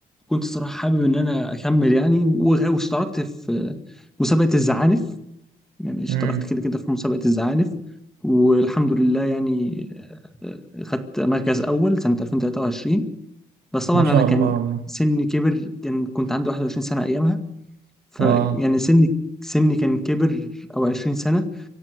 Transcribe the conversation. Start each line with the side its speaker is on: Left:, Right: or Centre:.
Centre: كنت الصراحه حابب ان انا اكمل يعني وغ- واشتركت في مسابقه الزعانف يعني اشتركت
Right: مم.
Centre: كده كده في مسابقه الزعانف والحمد لله يعني آه، آه، خدت مركز اول سنه 2023 بس طبعا
Right: ما
Centre: انا
Right: شاء
Centre: كان
Right: الله والله
Centre: سني كبر كان كنت عندي 21 سنه ايامها ف
Right: اه
Centre: يعني سني سني كان كبر او 20 سنة